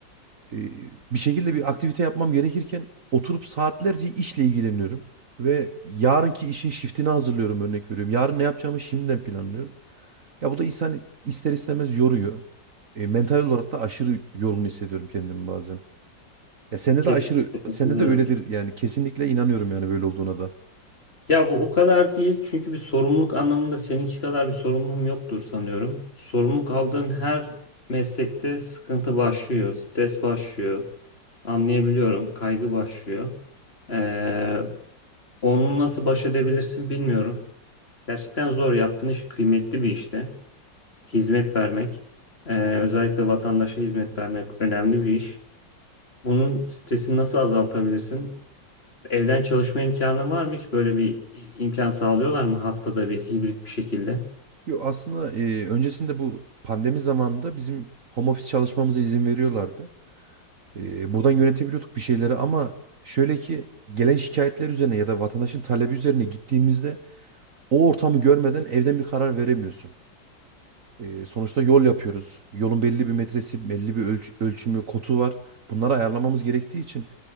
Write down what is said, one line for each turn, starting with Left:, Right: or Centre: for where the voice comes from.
Right: eee, bir şekilde bir aktivite yapmam gerekirken oturup saatlerce işle ilgileniyorum. Ve yarınki işin shiftini hazırlıyorum örnek veriyorum. Yarın ne yapacağımı şimdiden planlıyorum. Ya bu da insan ister istemez yoruyor. E, mental olarak da aşırı yorgun hissediyorum kendimi bazen. Ya sende
Left: Kesinlikle
Right: de aşırı
Left: katılıyorum.
Right: sende de öyledir
Left: Ya
Right: yani kesinlikle inanıyorum yani böyle olduğuna da.
Left: Ya bu o kadar değil çünkü bir sorumluluk anlamında seninki kadar bir sorumluluğum yoktur sanıyorum. Sorumluluk aldığın her meslekte sıkıntı başlıyor, stres başlıyor, anlayabiliyorum, kaygı başlıyor. Ee, onu nasıl baş edebilirsin bilmiyorum. Gerçekten zor. Yaptığın iş kıymetli bir işte. Hizmet vermek, ee, özellikle vatandaşa hizmet vermek önemli bir iş. Bunun stresini nasıl azaltabilirsin? Evden çalışma imkanın var mı? Hiç böyle bir imkan sağlıyorlar mı haftada bir hibrit bir şekilde?
Right: Yo aslında e, öncesinde bu pandemi zamanında bizim home office çalışmamıza izin veriyorlardı. E, buradan yönetebiliyorduk bir şeyleri ama şöyle ki gelen şikayetler üzerine ya da vatandaşın talebi üzerine gittiğimizde o ortamı görmeden evden bir karar veremiyorsun. E, sonuçta yol yapıyoruz. Yolun belli bir metresi, belli bir ölç- ölçümü, kotu var. Bunları ayarlamamız gerektiği için